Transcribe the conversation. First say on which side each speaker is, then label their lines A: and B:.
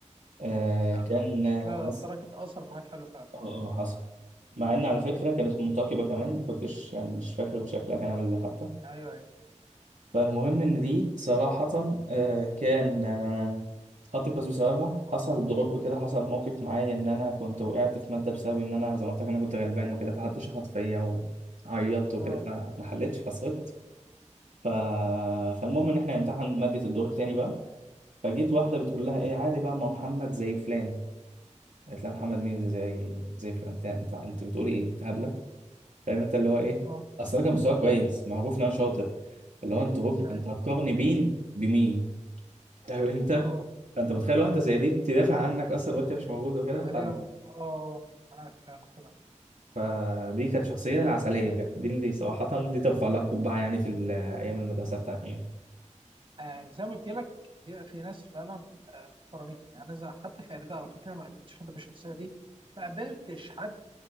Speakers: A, on the right; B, on the right.
A: آه
B: لا
A: كان
B: لا شكلها
A: حصل
B: تركت اثر معاك حلو فعلا
A: اه اه حصل مع ان على فكرة كانت منتقبة كمان ما كنتش يعني مش فاكر شكلها كان عامل ازاي حتى
B: ايوه ايوه
A: فالمهم ان دي صراحة آه كان آه خطي كويس بسببها حصل دروب كده حصل موقف معايا ان انا كنت وقعت في مادة بسبب ان انا زي ما قلت لك انا كنت غلبان وكده فحد شخط فيا وعيطت وكده
B: اه
A: فما حلتش فسقطت ف... فالمهم ان احنا نمتحن ماده الدور التاني بقى فجيت واحده بتقول لها ايه عادي بقى ما محمد زي فلان قالت لها محمد مين اللي زي زي فلان انت انت انت بتقولي ايه انت هبله فاهم انت اللي هو ايه
B: اه
A: اصل انا كان مستواي كويس معروف ان انا شاطر اللي هو انت هب
B: ايوه
A: انت هتقارني بين بمين فاهم انت
B: اه
A: فانت متخيل واحده زي دي تدافع عنك اصلا وانت مش موجود وكده
B: وهي
A: ف...
B: م- اه معاك فعلا كده
A: فدي كانت شخصيه عسليه بجد دي اللي صراحه دي ترفع لها قبعه يعني في ال- ايام المدرسه بتاعتي يعني
B: آه زي ما قلت لك بيبقى في ناس فعلا آه محترمين يعني أنا زي- حتى في اعدادي على فكره ما قابلتش حد بالشخصيه دي ما قابلتش حد